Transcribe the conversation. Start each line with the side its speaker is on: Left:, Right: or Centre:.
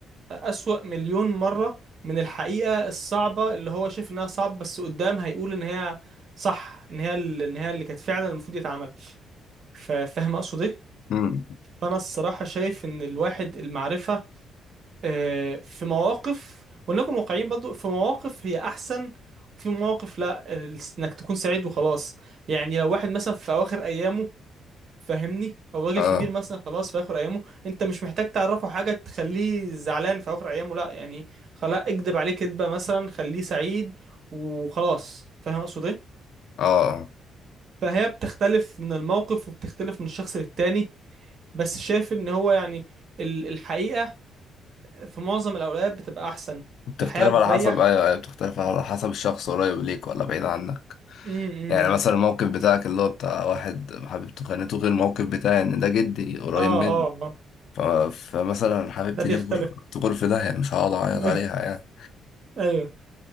Right: أسوأ مليون مرة من الحقيقة الصعبة اللي هو شايف إنها صعبة بس قدام هيقول إن هي صح إن هي ال- إن هي اللي كانت فعلا المفروض يتعمل ف- فاهم أقصد إيه؟
Left: امم
Right: فأنا الصراحة شايف إن الواحد المعرفة آه، في مواقف ولنكن واقعيين برضو في مواقف هي أحسن وفي مواقف لا آه، إنك تكون سعيد وخلاص يعني لو واحد مثلا في أواخر أيامه فاهمني او راجل
Left: اه
Right: كبير مثلا خلاص في اخر ايامه انت مش محتاج تعرفه حاجه تخليه زعلان في اخر ايامه لا يعني خلاص اكدب عليه كدبه مثلا خليه سعيد وخلاص فاهم اقصد ايه
Left: اه آه.
Right: فهي بتختلف من الموقف وبتختلف من الشخص للتاني بس شايف ان هو يعني ال- الحقيقه في معظم الاوقات بتبقى احسن
Left: بتختلف
Right: الحقيقه بتريح
Left: على حسب ايوه ايوه بتختلف على حسب الشخص قريب ليك ولا بعيد عنك
Right: امم
Left: يعني مثلا الموقف بتاعك اللي هو بتاع واحد حبيبته خانته غير الموقف بتاعي ان ده جدي قريب
Right: اه اه
Left: مني
Right: آه.
Left: ف... فمثلا حبيبتي
Right: ده بيختلف
Left: دي تغر تغر في داهية مش هقعد اعيط
Right: <laughs>
Left: عليها يعني
Right: ايوه